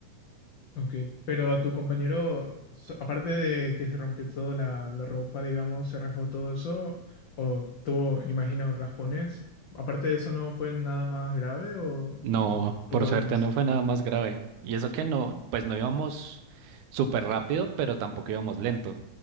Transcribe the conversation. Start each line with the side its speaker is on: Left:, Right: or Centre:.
Left: Ok, pero a tu compañero, so- aparte de que se rompió toda la, la ropa, digamos, se rasgó todo eso, o tuvo, imagino, raspones, aparte de eso no fue nada más grave o,
Right: No,
Left: o fu- tuvo
Right: por suerte
Left: algo más.
Right: no fue nada más grave. Y eso que no, pues no íbamos súper rápido, pero tampoco íbamos lento.